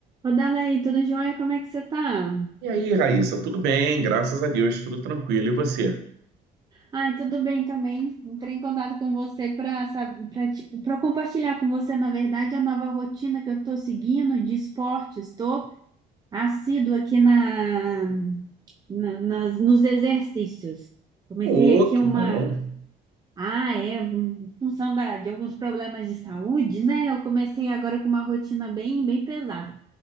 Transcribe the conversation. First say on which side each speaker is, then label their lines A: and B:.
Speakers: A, on the right; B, on the right.
A: Ô, Dalei, tudo jóia? Como é que você tá?
B: E aí, Raíssa, tudo bem? Graças a Deus, tudo tranquilo. E você?
A: Ai, tudo bem também. Entrei em contato com você para para compartilhar com você, na verdade, a nova rotina que eu estou seguindo de esportes. Estou assíduo aqui na, na- nas, nos exercícios. Comecei
B: Pô,
A: aqui
B: que
A: uma.
B: bom.
A: Ah, é, um, em função da, de alguns problemas de saúde, né? Eu comecei agora com uma rotina bem, bem pesada.